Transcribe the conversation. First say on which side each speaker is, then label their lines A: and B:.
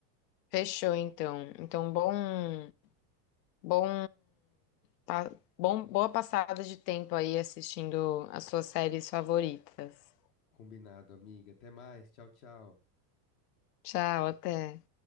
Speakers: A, on the left; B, on the left.
A: Fechou, então. Então, bom Bom, pa- bom, boa passada de tempo aí assistindo as suas séries favoritas.
B: Combinado, amiga. Até mais. Tchau, tchau.
A: Tchau, até.